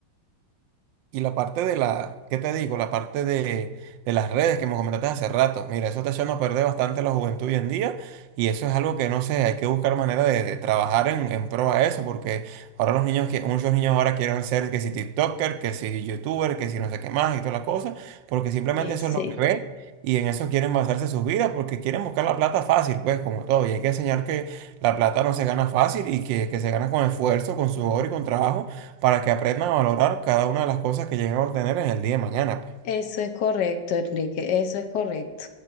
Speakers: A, on the right; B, on the left.
A: y la parte de la, ¿qué te digo? La parte de, de las redes que me comentaste hace rato. Mira, eso está echando a perder bastante la juventud hoy en día y eso es algo que no sé, hay que buscar manera de, de trabajar en, en pro a eso porque ahora los niños, que, muchos niños ahora quieren ser que si TikToker, que si YouTuber, que si no sé qué más y toda la cosa, porque simplemente
B: Sí,
A: eso
B: sí,
A: es lo que ven. Y en eso quieren basarse sus vidas porque quieren buscar la plata fácil, pues como todo. Y hay que enseñar que la plata no se gana fácil y que, que se gana con esfuerzo, con sudor y con trabajo para que aprendan a valorar cada una de las cosas que lleguen a obtener en el día de mañana, pues.
B: eso es correcto, Enrique, eso es correcto.